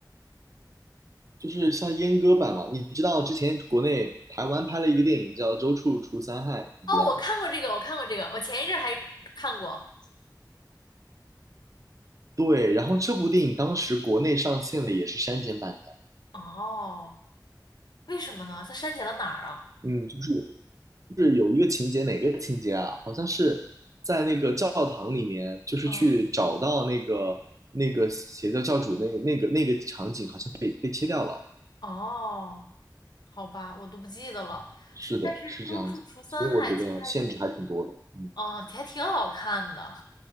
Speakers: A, on the right; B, on the left.
A: 就是像阉割版嘛。你知道之前国内台湾拍了一个电影叫《周处除三害》，你知道吗？
B: 哦，我看过这个，我看过这个，我前一阵儿还看过。
A: 对，然后这部电影当时国内上线的也是删减版的，
B: 哦，为什么呢？他删减了哪儿啊？
A: 嗯，就是就是有一个情节，哪个情节啊？好像是在那个教堂里面，就是去找到那个那个邪教教主那个那个那个场景，
B: 嗯
A: 好像被被切掉了。
B: 哦，好吧，我都不记得了。
A: 是的，
B: 但是《周处除三害》其实还，
A: 是这样子，所以我觉得限制还挺多的，嗯。
B: 哦，还挺好看的。